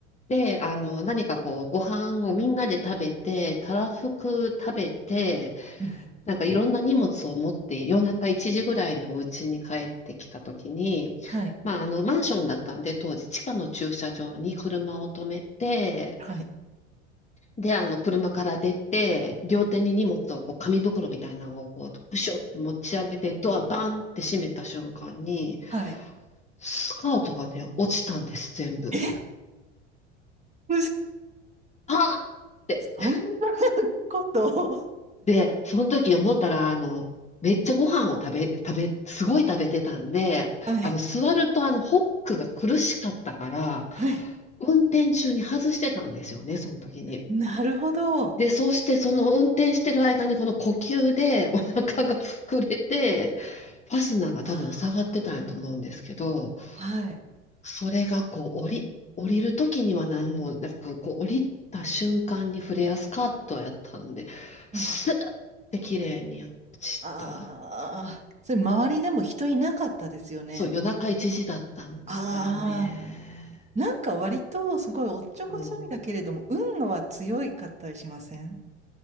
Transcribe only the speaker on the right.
うん。
はい。
はい。
はい。
え、<laughs> むず
そんなこと。
はい。
はい。
なるほど。あ
あはい。
うん
ああ、それ周りでも人いなかったですよね。
ああ、なんか割とすごいおっちょこちょいだけれども、
運は強いかったりしません